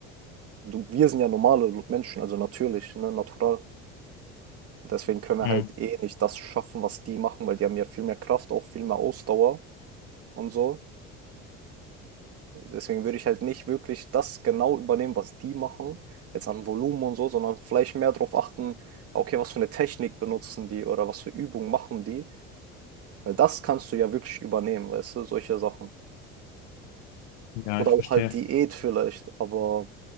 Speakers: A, on the right; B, on the left.
A: du, wir sind ja normale Menschen, also natürlich, ne, natural. Und deswegen können wir
B: Hm.
A: halt eh nicht das schaffen, was die machen, weil die haben ja viel mehr Kraft, auch viel mehr Ausdauer und so. Deswegen würde ich halt nicht wirklich das genau übernehmen, was die machen, jetzt an Volumen und so, sondern vielleicht mehr darauf achten, okay, was für eine Technik benutzen die oder was für Übungen machen die. Weil das kannst du ja wirklich übernehmen, weißt du, solche Sachen.
B: Ja,
A: Oder
B: ich
A: auch
B: verstehe.
A: halt Diät vielleicht, aber